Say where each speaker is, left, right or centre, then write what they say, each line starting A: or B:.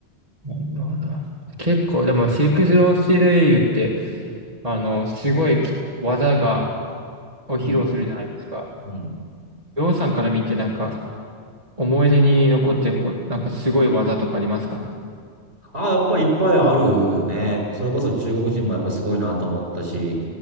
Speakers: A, on the right; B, on the right.
A: なるほど。結構、でも、シルク・スロー・スティールエイユって、あの、すごいき技が、を披露するじゃないですか。
B: うん。うん。
A: りょうさんから見て、なんか、思い出に残ってこう、なんかすごい技とかありますか
B: あ、やっぱりいっぱいあるね。それこそ中国人もやっぱすごいなと思ったし、